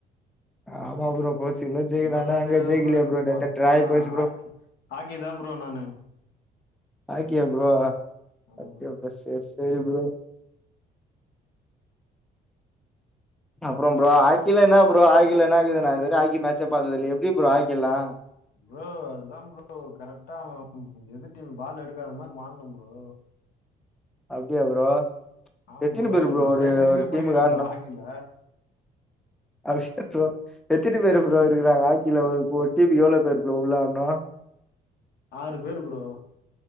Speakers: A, in the centre; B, on the left.
A: ஆமா ப்ரோ போர்ச்சுகல்ல ஜெயிக்கணு
B: ஃபுட்பால்லா
A: ஆனா எங்க
B: தெரியாது
A: ஜெயிக்கலையே
B: ப்ரோ எனக்கு இப்ப
A: நேத்து
B: இப்பெல்லா
A: டிராய் போச்சு
B: ஹாக்
A: ப்ரோ
B: ஹாக்கி தா ப்ரோ என்னனு
A: <unintelligible> ப்ரோ
B: ஆமா
A: <unintelligible>
B: ப்ரோ.
A: சேரி ப்ரோ அப்புற ப்ரோ ஹாக்கில என்ன ப்ரோ ஹாக்கில என்ன இக்குது ஹாக்கி மேட்சே பாத்தது இல்ல எப்டி ப்ரோ ஹக்கி எல்லா
B: ப்ரோ அதுதான் ப்ரோ கரெக்டா எதுர் டீம் பால் எடுக்காத மாரி மாறணு ப்ரோ
A: அப்டியா ப்ரோ
B: ஆமா
A: எத்தினி
B: ப்ரோ
A: பேரு
B: நான் ஸ்டேட்
A: ஒரு
B: வரைக்கு
A: ஒரு
B: போய்கிறே
A: டீமுக்கு
B: ப்ரோ ஹாக்கில
A: அப்டிய ப்ரோ எத்தனை பேர் ப்ரோ இருக்கிறாங்க ஹாக்கில ஒரு டீம்கு எவ்ளோ பேர் உள்ள வரணு
B: ஆறு பேர் ப்ரோ